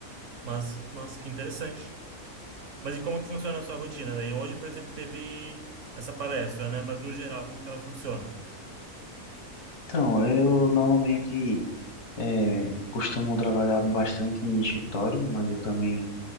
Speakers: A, on the right (about 55°); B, on the left (about 80°).
A: Mas, nossa, que interessante. Mas e como que funciona a sua rotina daí? Hoje, por exemplo, teve essa palestra, né? Mas no geral, como que ela funciona?
B: Então, eu normalmente eh, costumo trabalhar bastante em escritório, mas eu também